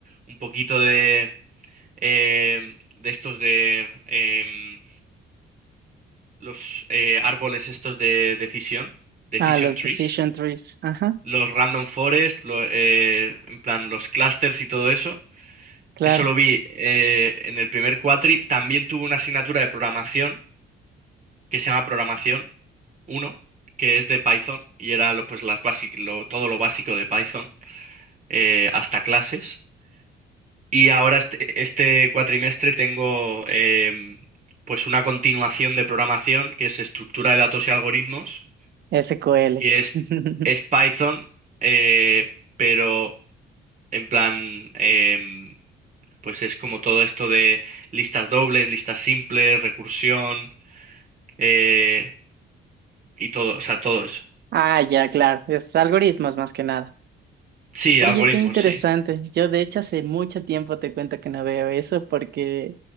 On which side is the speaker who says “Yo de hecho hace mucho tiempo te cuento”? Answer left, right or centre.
Right